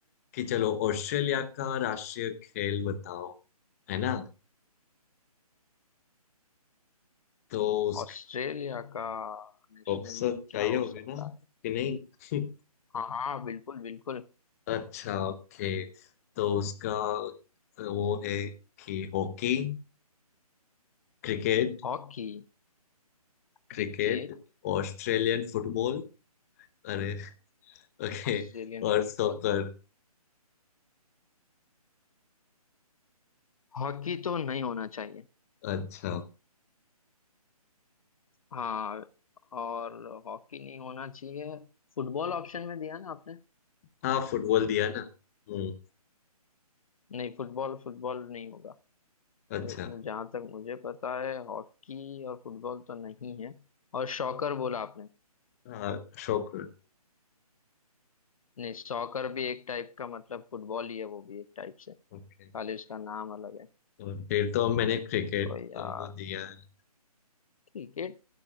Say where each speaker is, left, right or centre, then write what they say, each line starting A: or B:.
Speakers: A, on the left; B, on the left.
A: कि चलो ऑस्ट्रेलिया का राष्ट्रीय खेल बताओ है ना तो उसका
B: ऑस्ट्रेलिया का नेशनल
A: ऑप्शन
B: गेम
A: चाहिए
B: क्या हो
A: होंगे
B: सकता
A: ना
B: है
A: कि नहीं
B: हाँ हाँ बिल्कुल बिल्कुल
A: <laughs> अच्छा ओके तो उसका वो है कि hockey cricket
B: Hockey cricket
A: cricket Australian football अरे <laughs> ओके
B: Australian
A: और
B: football
A: सॉकर
B: Hockey तो नहीं होना चाहिए
A: अच्छा
B: हाँ और हॉकी नहीं होना चाहिए फुटबॉल ऑप्शन में दिया ना आपने
A: हाँ फुटबॉल दिया ना हम्म
B: नहीं फुटबॉल फुटबॉल नहीं होगा
A: अच्छा
B: ये- जहाँ तक मुझे पता है हॉकी और फुटबॉल तो नहीं है और शॉकर बोला आपने
A: हाँ शौक
B: नहीं सॉकर भी एक टाइप का मतलब फुटबॉल ही है वो भी एक टाइप से खाली
A: ओके
B: उसका नाम अलग है
A: और फिर तो मैंने क्रिकेट
B: तो यार
A: वो दिया है
B: क्रिकेट